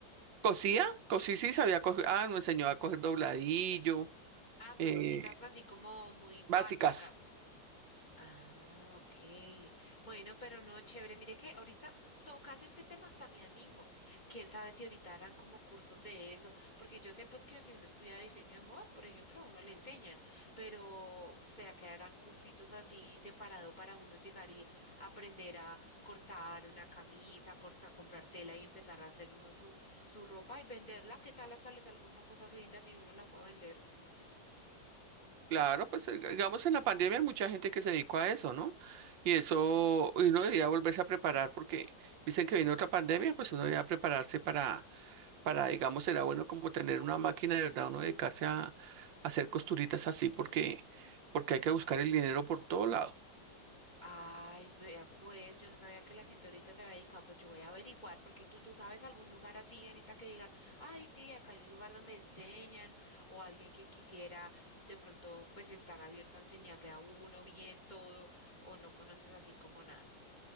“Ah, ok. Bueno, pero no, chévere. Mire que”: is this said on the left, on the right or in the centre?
Left